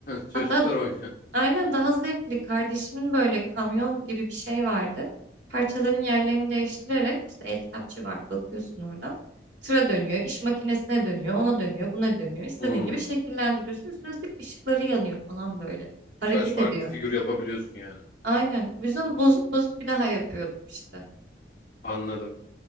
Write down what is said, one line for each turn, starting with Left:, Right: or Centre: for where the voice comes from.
Left: <laughs> Çocuklar
Right: Hatta
Left: oynuyor.
Right: Aynen daha zevkli. Kardeşimin böyle kamyon gibi bir şey vardı. Parçaların yerlerini değiştirerek işte el kitapçı vardı bakıyorsun oradan. Tıra dönüyor, iş makinesine dönüyor, ona dönüyor, buna dönüyor. İstediğin
Left: Hmm.
Right: gibi şekillendiriyorsun. Üstüne üstlük ışıkları yanıyor falan böyle. Hareket
Left: Birkaç farklı
Right: ediyor.
Left: figür yapabiliyorsun yani.
Right: Aynen. Biz onu bozup bozup bir daha yapıyorduk işte.
Left: Anladım.